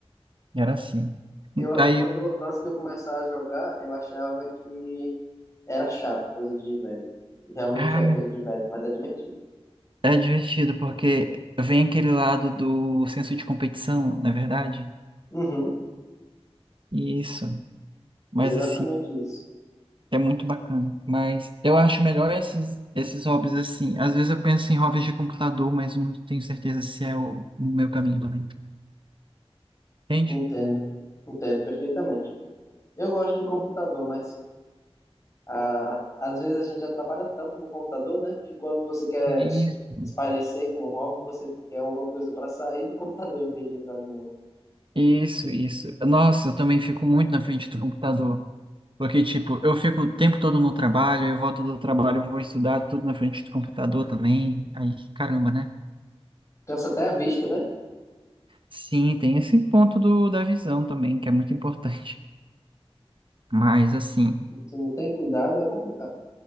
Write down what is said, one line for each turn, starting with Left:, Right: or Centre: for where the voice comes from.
Right: E era assim.
Left: Eu,
Right: Aí,
Left: quando eu, antes de eu começar a jogar, eu achava que era chato, coisa de velho. Realmente
Right: ah,
Left: é coisa de velho, mas é divertido.
Right: é divertido porque vem aquele lado do senso de competição, não é verdade?
Left: Uhum,
Right: Isso. Mas
Left: exatamente
Right: assim,
Left: isso.
Right: É muito bacana, mas eu acho melhor esses, esses hobbies assim. Às vezes eu penso em hobbies de computador, mas não tenho certeza se é o, o meu caminho também. Entende?
Left: Entendo, entendo perfeitamente. Eu gosto de computador, mas ah, às vezes a gente já trabalha tanto no computador, né? Que quando você quer
Right: Isso.
Left: espairecer com o hobby, você quer alguma coisa para sair do computador em vez de entrar de novo.
Right: Isso, isso. Nossa, eu também fico muito na frente do computador. Porque, tipo, eu fico o tempo todo no trabalho, eu volto do trabalho, eu vou estudar tudo na frente do computador também. Aí, caramba, né?
Left: Cansa até a vista, né?
Right: Sim, tem esse ponto do, da visão também, que é muito importante. Mas, assim.
Left: Se não tem cuidado, é complicado.